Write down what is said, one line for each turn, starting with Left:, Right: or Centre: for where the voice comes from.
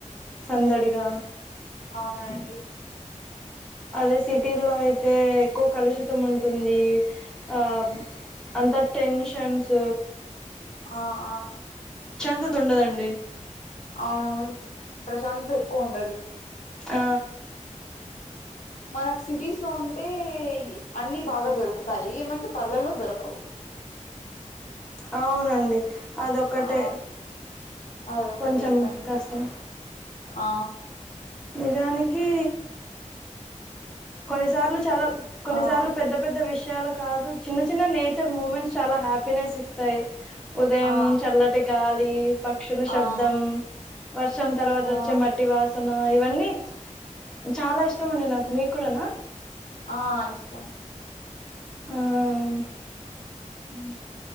Centre: సందడిగా
Left: అవునండి
Centre: అదే సిటీలో అయితే ఎక్కువ కలుషితం ఉంటుంది ఆ అంత టెన్ష ఫ్రెండ్స్
Left: ఆ ఆ
Centre: త ఉండదండి
Left: అవును ప్రశాంస ఎక్కువ ఉండదు
Centre: ఆ
Left: మనకు సిటీస్ లో ఉంటే అన్ని బాగా దొరుకుతాయి ఏమంచి పలల్లో దొరకవు
Centre: అవునండి అదొకటే
Left: ఆ అది ఒకటే
Centre: కొంచెం
Left: ఇబ్బంది
Centre: కష్టం
Left: ఆ.
Centre: నిజానికీ. కొనీసార్లు. చాలా కొన్నిసార్లు
Left: ఆ
Centre: పెద్ద పెద్ద విష. త్యాలు కాదు చిన్న చిన్న నేచర్ మూమెంట్స్ చాలా హ్యాపీనెస్ ఇస్తాయి. ఉదయం
Left: ఆ
Centre: చల్లటి గాలి. ఏప్. పక్షుల శబ్దం,
Left: ఆ
Centre: వర్షం తర్వాత
Left: ఆ
Centre: వచ్చే మట్టి వాసన. అ ఇవన్నీ చ్, చాలా ఇష్టం అండి నాకు మీ. ఇక్కడనా.
Left: ఆ ఇష్టం.
Centre: ఊమ్.
Left: ఉ.